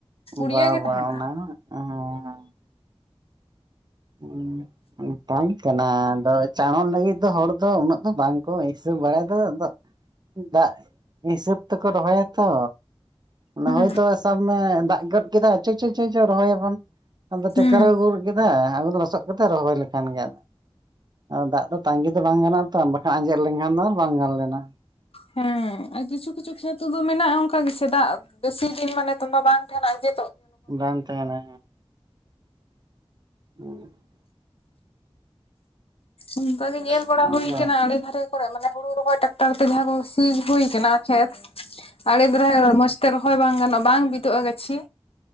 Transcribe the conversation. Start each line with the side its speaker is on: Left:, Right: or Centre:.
Left: ᱯᱩᱲᱭᱟᱹ
Right: ᱵᱟ
Left: ᱜᱮ
Right: ᱵᱟ
Left: ᱛᱟᱦᱮᱱᱟ
Right: ᱚᱱᱟ ᱦᱚᱸ᱾ ᱦᱩᱸ ᱢᱮᱴᱟᱝ ᱠᱟᱱᱟ ᱟᱫᱚ ᱪᱟᱬᱚᱱ ᱞᱟᱹᱜᱤᱫ ᱫᱚ ᱦᱚᱲ ᱫᱚ ᱩᱱᱟᱹᱜ ᱫᱚ ᱵᱟᱝᱠᱚ ᱦᱤᱥᱟᱹᱵ ᱵᱟᱲᱟᱭᱮᱫ ᱟᱫᱚ ᱫᱟᱜ ᱦᱤᱥᱟᱹᱵ ᱛᱮᱠᱚ ᱨᱚᱦᱚᱭᱟ ᱛᱚ ᱱᱟ
Left: ᱦᱩᱸ
Right: ᱦᱚᱭᱛᱳ ᱥᱟᱵ ᱢᱮ ᱫᱟᱜ ᱜᱚᱫ ᱠᱮᱫᱟ ᱪᱚ ᱪᱚ ᱪᱚ ᱪᱚ ᱨᱚᱦᱚᱭᱟᱵᱚᱱ ᱟᱫᱚ
Left: ᱦᱩᱸ
Right: ᱴᱮᱠᱴᱟᱨ ᱮ ᱟᱹᱜᱩ ᱜᱚᱫ ᱠᱮᱫᱟ ᱟ ᱞᱚᱥᱚᱫ ᱠᱟᱛᱮ ᱨᱚᱦᱚᱭ ᱞᱮᱠᱷᱟᱱ ᱜᱮ ᱫᱟᱜ ᱫᱚ ᱛᱟᱺᱜᱤ ᱫᱚ ᱵᱟᱝ ᱜᱟᱱᱚᱜᱼᱟ ᱛᱚ ᱵᱟᱠᱷᱟᱱ ᱟᱸᱡᱮᱫ ᱞᱮᱱᱠᱷᱟᱱ ᱫᱚ ᱟᱨ ᱵᱟᱝ ᱜᱟᱱ ᱞᱮᱱᱟ
Left: ᱦᱮᱸ ᱟᱨ ᱠᱤᱪᱷᱩ ᱠᱤᱪᱷᱩ ᱠᱷᱮᱛ ᱫᱚ ᱢᱮᱱᱟᱜᱼᱟ ᱚᱱᱠᱟ ᱜᱮᱥ ᱫᱟᱜ ᱵᱮᱥᱤ ᱫᱤᱱ ᱢᱟᱱᱮ ᱛᱚᱢᱵᱟ ᱵᱟᱝ ᱛᱟᱦᱮᱱᱟ ᱡᱮ
Right: ᱵᱟᱝ ᱛᱟᱦᱮᱱᱟ ᱦᱮᱸ <unintelligible>
Left: ᱚᱱᱠᱟ ᱜᱮ ᱧᱮᱞ ᱵᱟᱲᱟ
Right: ᱦᱮᱸ
Left: ᱦᱩᱭᱠᱟᱱᱟ ᱟᱲᱮ ᱫᱷᱟᱨᱮ ᱢᱟᱱᱮ ᱦᱩᱲᱩ ᱨᱚᱦᱚᱭ ᱴᱟᱠᱴᱟᱨ ᱛᱮ ᱡᱟᱦᱟᱸ ᱠᱚ ᱥᱤ ᱦᱩᱭ ᱟᱠᱟᱱᱟ ᱠᱷᱮᱛ ᱟᱲᱮ ᱫᱷᱟᱨᱮ ᱢᱚᱸᱡᱽ ᱛᱮ ᱨᱚᱦ ᱦᱳᱭ ᱵᱟᱝ ᱜᱟᱱᱚᱜ ᱵᱟᱝ ᱵᱤᱫᱚᱜᱼᱟ ᱜᱟᱹᱪᱷᱤ